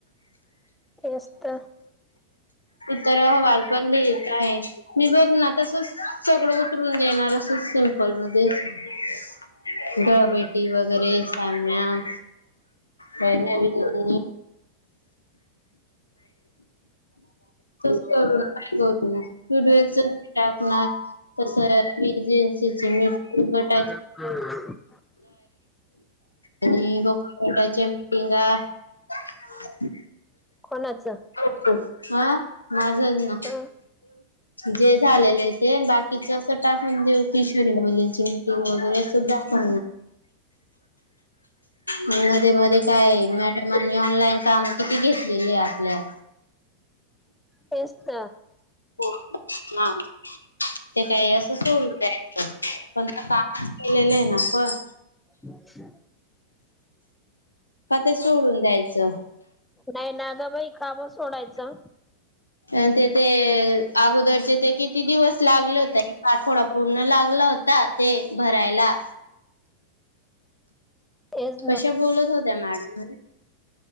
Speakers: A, in the centre; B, on the left.
A: हे अस्त
B: तर <unintelligible> येत आहे मी बघ ना तसंच सगळं उतरून देणार असं सिंपल मध्येच <unintelligible> ी वगैरे सामनन विन <inaudible> <inaudible> का करू न टूडवेल टाकणार <inaudible> तस वीजनसी मट गटा <inaudible>
A: हम्म
B: आणि बघयच्या मीटिंग <inaudible> हम्
A: कोणाचं
B: हा माझ ना
A: ह
B: जे झालेले तेन बाकीच असं टाकून देऊ, किशोरी मुलींचे ते वगैरे सुद्धा प मध्ये मध्ये काय, मॅडमांनी ऑनलाईन काम किती घेतलेले आपल्या?
A: तेच त
B: हो ह ते काय असं <unintelligible> द्यायचं <unintelligible> ना पण
A: अच्छा
B: का ते सोडून द्यायचं.
A: नाही ना ग बाई, काब सोडायचं.
B: आण ते ते अगोदरचे ते किती दिवस लागले होतय आठवडा पूर्ण लागला होता ते भरायला.
A: तेच
B: कशा
A: ना
B: बोलत होत्या, मॅडम?